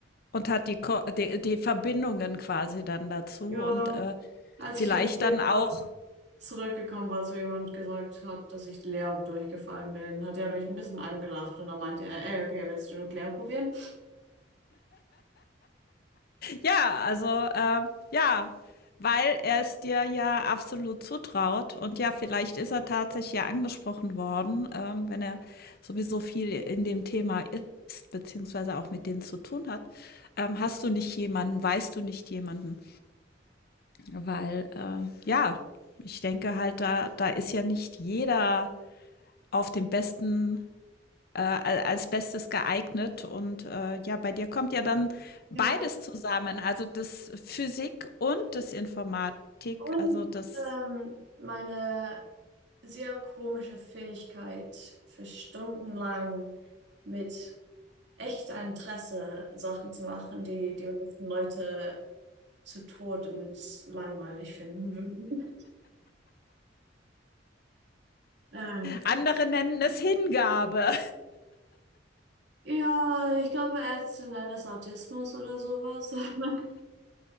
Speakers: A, on the left (about 55°); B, on the right (about 70°).
A: Und hat die, Ko die, die Verbindungen quasi dann dazu
B: ja,
A: und äh,
B: als
A: Vielleicht
B: ich im Februar
A: dann auch,
B: zurückgekommen war zu ihm und gesagt habe, dass ich Lehramt durchgefallen bin, hat er mich ein bisschen angelacht und dann meinte er, ey, okay, willst du Nuklear probieren?
A: ja, also äh, ja, weil er es dir ja absolut zutraut und ja, vielleicht ist er tatsächlich ja angesprochen worden, ähm, wenn er sowieso viel in dem Thema ist, beziehungsweise auch mit denen zu tun hat. Ähm, hast du nicht jemanden, weißt du nicht jemanden? Weil äh, ja, ich denke halt, da, da ist ja nicht jeder auf dem besten äh, als Bestes geeignet. Und äh, ja, bei dir kommt ja dann beides
B: Ja.
A: zusammen, also das Physik und das Informatik,
B: Und
A: also das
B: ähm, meine sehr komische Fähigkeit, für stundenlang mit echter Interesse Sachen zu machen, die die meisten Leute zu Tode langweilig finden würden. Ähm,
A: andere nennen es Hingabe
B: ja, ich glaube, Ärzte nennen es Autismus oder sowas. <laughs>